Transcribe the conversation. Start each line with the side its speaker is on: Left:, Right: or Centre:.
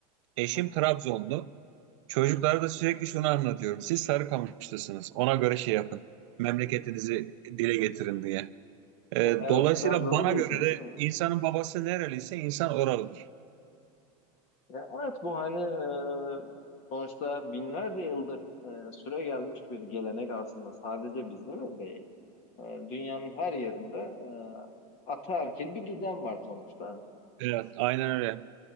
Right: Eşim
Left: <laughs> Hı hı.
Right: Trabzonlu. Çocuklara da sürekli şunu anlatıyorum. Siz Sarıkamışlısınız. Ona göre şey yapın. Memleketinizi dile getirin diye. E,
Left: Evet,
Right: dolayısıyla
Left: Trabzonlu
Right: bana
Left: değilsiniz.
Right: göre de
Left: <laughs>
Right: insanın babası nereliyse insan oralıdır.
Left: Ya, evet bu hani e, sonuçta binlerce yıldır e, süre gelmiş bir gelenek aslında sadece bizde de değil. E, dünyanın her yerinde e, ataerkil bir düzen var sonuçta.
Right: Evet, aynen öyle.